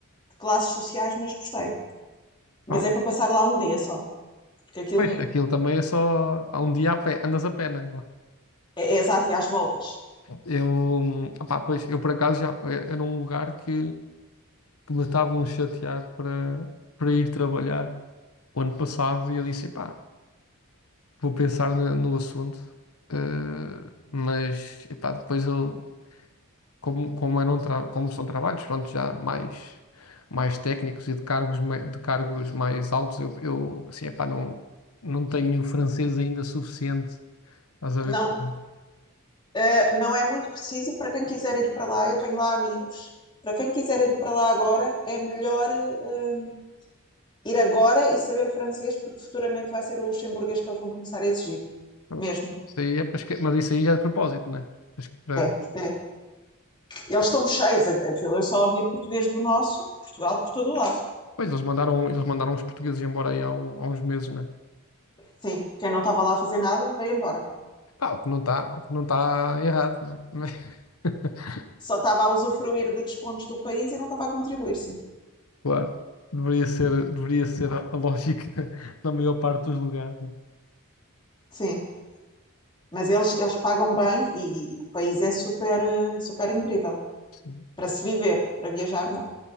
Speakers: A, on the left; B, on the left.
A: classes sociais, mas gostei. Mas
B: pá,
A: é para passar lá um dia só, porque aquilo
B: pois, aquilo também é só, há um dia a pé, andas a pé, né?
A: é, é exato e às voltas.
B: Eu, hum, epá, pois, eu por acaso já, é- era um lugar que, que me estavam a chatear para, para ir trabalhar o ano passado e eu disse, epá, vou pensar no, no assunto, eh, mas epá, depois eu, como, como eram tra- como são trabalhos, pronto, já mais, mais técnicos e de cargos, mai- de cargos mais altos, eu, eu assim, epá, não, não tenho francês ainda suficiente, estás a
A: Não,
B: ver? para-
A: Uh, não é muito preciso e para quem quiser ir para lá, eu tenho lá amigos. Para quem quiser ir para lá agora, é melhor uh, ir agora e saber francês, porque futuramente vai ser o luxemburguês que eles vão começar a exigir,
B: para-
A: mesmo.
B: Isso aí é para esque- mas isso aí já é de propósito, né? Acho que Para,
A: É, é. Eles estão cheios, aquilo. Eu só ouvia português do nosso, Portugal por todo o lado.
B: pois, eles mandaram, eles mandaram os portugueses embora aí há, um- há uns meses, né?
A: Sim, quem não estava lá a fazer nada, veio embora.
B: Pá, o que não está, o que não está errado, né? <laughs>
A: Só estava a usufruir de descontos do país e não estava a contribuir, sim.
B: Claro. Deveria ser, deveria ser a a lógica <laughs> na maior parte dos lugares. né?
A: Sim, mas eles, eles pagam bem e o país é super, eh, super incrível.
B: Sim.
A: Para se viver, para viajar, não.